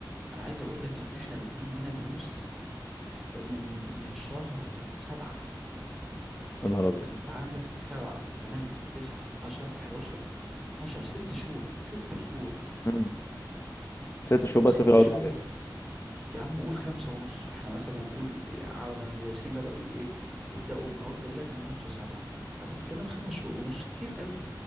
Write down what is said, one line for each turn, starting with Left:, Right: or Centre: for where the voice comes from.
Centre: انا عايز اقول لك ان احنا بادئين هنا دروس ف- من من شهر سبعة
Left: يا نهار ابيض
Centre: فانت عندك سبعة تمانية تسعة عشرة حداشر اتناشر ست شهور ست شهور
Left: امم ست
Centre: انت
Left: شهور
Centre: فاهم
Left: بس
Centre: ست
Left: في العضويه
Centre: شهور يا عم قول خمسة ونص احنا مثلا نقول عمل ما المدرسين بدأوا ي- ايه يبدأوا بما يرضي الله كان نص سبعة فانت بتتكلم خمس شهور ونص كتير قوي